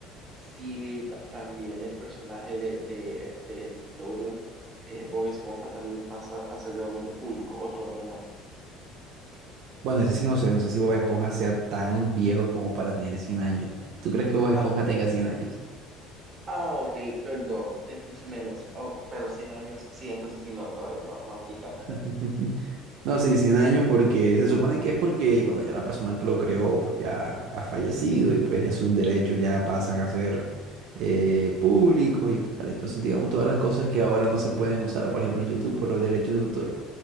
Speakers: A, on the right; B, on the right.
A: si ta- también el personaje de, de- de Nickelodeon, eh, Bob Esponja, también pasa a ser de dominio público o todavía no.
B: Bueno, ese sí no sé, no sé si Bob Esponja sea tan viejo como para tener 100 años. ¿Tú crees que Bob Esponja
A: Ah,
B: tenga 100 años?
A: ah, ok, perdón, te escuché menos, oh, pero 100 años, sí, entonces sí, no, todavía no, no aplica.
B: <laughs> No, sí, 100 años porque se supone que es porque, bueno, ya la persona que lo creó pues ya ha fallecido y pues ya sus derechos ya pasan a ser eh, públicos y tal. Entonces, digamos, todas las cosas que ahora no se pueden usar, por ejemplo, en YouTube por los derechos de autor,